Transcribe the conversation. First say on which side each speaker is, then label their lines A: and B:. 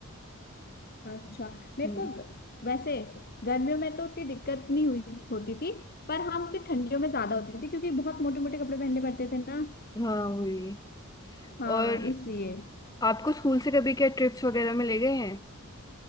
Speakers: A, on the left; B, on the left.
A: अच्छा मेरे
B: हम्म,
A: को ग- वैसे गर्मियों में तो उतनी दिक्कत नहीं हुई होती थी पर हाँ मुझे ठंडियों में ज्यादा होती थी क्योंकि बहुत मोटे मोटे कपड़े पहनने पड़ते थे ना
B: हाँ वही
A: हाँ
B: और
A: इसलिए
B: आपको स्कूल से कभी क्या ट्रिप्स वगैरह में ले गए हैं